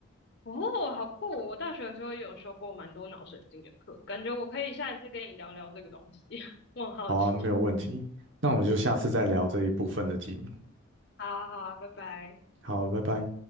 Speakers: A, on the left (about 55°); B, on the right (about 65°).
A: 哦，好酷哦我大学的时候也有修过蛮多脑神经的课，感觉我可以下一次跟你聊聊这个东西，<laughs> 我很好奇。
B: 好啊，没有问题。那我们就下次再聊这一部分的题目。
A: 好啊，好啊，拜拜。
B: 好，拜拜。